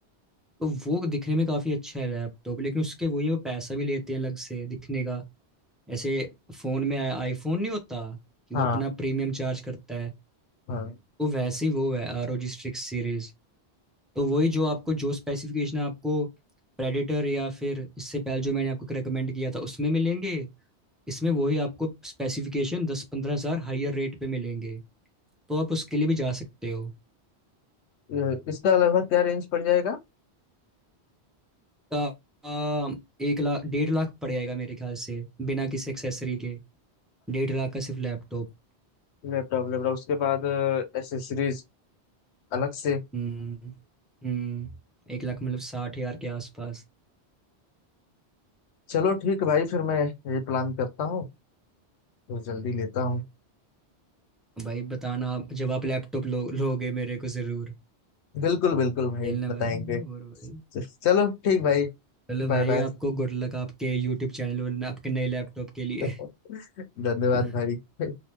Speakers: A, in the centre; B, on the left (about 85°).
A: तो वो दिखने में काफ़ी अच्छा है लैपटॉप लेकिन उसके वही वो पैसा भी लेते हैं अलग से दिखने का ऐसे फोन में आईफोन नहीं होता कि
B: हाँ
A: वो अपना प्रीमियम चार्ज करता है
B: हाँ
A: वो वैसे ही वो है आर ओ जी स्ट्रिक्स सीरीज तो वही जो आपको जो स्पेसिफिकेशन आपको प्रेडेटर या फिर इससे पहले जो मैंने आपको रिकमेंड किया था उसमें मिलेंगे इसमें वही आपको स्पेसिफिकेशन दस पंद्रह हज़ार हाइयर रेट पे मिलेंगे तो आप उसके लिए भी जा सकते हो
B: ये- इसका लगभग क्या रेंज पड़ जाएगा
A: का आ, एक लाख डेढ़ लाख पड़ जाएगा मेरे ख्याल से बिना किसी एक्सेसरी के डेढ़ लाख का सिर्फ लैपटॉप
B: लैपटॉप लैपटॉप उसके बाद एसेसरीज अलग से
A: हम्म हम्म एक लाख मतलब साठ हजार के आसपास
B: चलो ठीक भाई फिर मैं ये प्लान करता हूँ तो जल्दी लेता हूँ
A: भाई बताना आप जब आप लैपटॉप लो लोगे मेरे को जरूर
B: बिल्कुल बिल्कुल भाई
A: खेलना
B: बताएंगे
A: भाई और भाई
B: चलो ठीक भाई
A: चलो
B: Bye
A: भाई
B: bye
A: आपको गुड लक आपके यूट्यूब चैनल और आपके नए लैपटॉप के लिए
B: <laughs> धन्यवाद
A: <laughs>
B: भाई